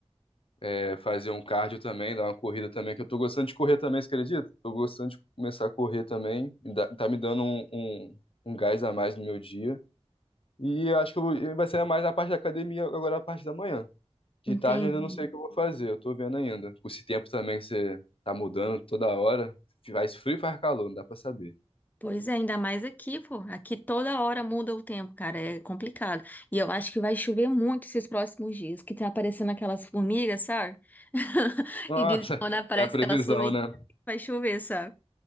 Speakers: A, on the left; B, on the left.
A: é, fazer um cardio também, dar uma corrida também, que eu tô gostando de correr também, você acredita? Tô gostando de começar a correr também, me dá- tá me dando um, um, um gás a mais no meu dia. E eu acho que eu vou- vai ser mais a parte da academia agora, a parte da manhã. De
B: Entendi.
A: tarde eu ainda não sei o que eu vou fazer, eu tô vendo ainda. Com Esse tempo também que você tá mudando toda hora, faz frio e faz calor, não dá pra saber.
B: Pois é, ainda mais aqui, pô. Aqui toda hora muda o tempo, cara. É complicado. E eu acho que vai chover muito esses próximos dias, que tá aparecendo aquelas formigas, sabe? <laughs>
A: Nossa,
B: E dizem que quando aparece
A: é a previsão,
B: aquelas formigas,
A: né?
B: vai chover, sabe?